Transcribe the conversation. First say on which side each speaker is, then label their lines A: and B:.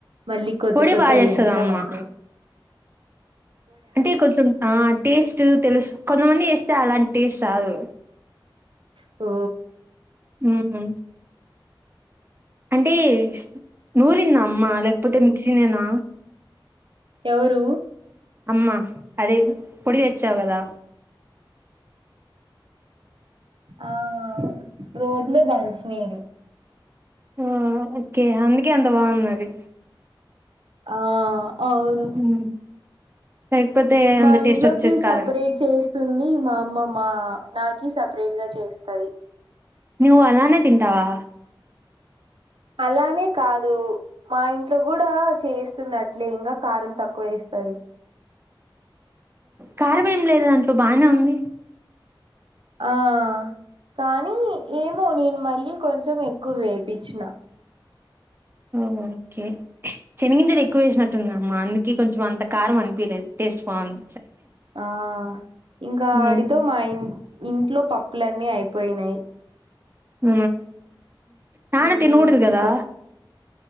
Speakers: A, on the right; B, on the right.
A: మళ్ళీ కొత్త
B: పొడి
A: కొత్తవి
B: బాగా చేస్తది
A: అంతా
B: అమ్మ
A: వంట
B: అంటే కొంచెం ఆ టేస్టు తెలుసు కొంతమంది చేస్తే అలాంటి టేస్ట్ రాదు.
A: ఓ
B: మ్మ్ అంటే నూరి తుంద అమ్మా లేకపోతే మిక్సినేనా
A: ఎవరు
B: అమ్మా అదే పొడి తెచ్చావు గదా!
A: ఆ రోట్లో దంచినేది
B: ఓ ఓకె అందుకే అంత బాగున్నది.
A: ఆ అవును
B: హ్మ్ లేకపోతే
A: మా
B: అంత టేస్ట్
A: ఇంట్లోకి
B: వచ్చేది కాదు.
A: సపరేట్ చేస్తుంది మా అమ్మ మా నాకి సపరేట్ గ చేస్తది.
B: నువ్వు అలానే తింటావా?
A: అలానే కాదు మా ఇంట్లో కూడా చేస్తుంది అట్లే ఇంగా కారం తక్కువేస్తది.
B: కారమేం లేదే దాంట్లో బానే ఉంది.
A: ఆ కానీ ఏమో నేను మళ్ళీ కొంచెం ఎక్కువ వేపిచ్చిన.
B: ఓకె చెనగింజలు ఎక్కువ వేసినట్టుంది అమ్మా అందుకె కొంచెం అంత కారం అనిపిలేదు టేస్ట్ బాంది.
A: ఆ ఇంక
B: హ్మ్
A: ఆడితో మా ఇన్ ఇంట్లో పప్పులన్నీ అయిపోయినాయి.
B: హ నాణ
A: ఉమ్
B: తిన కూడదు కదా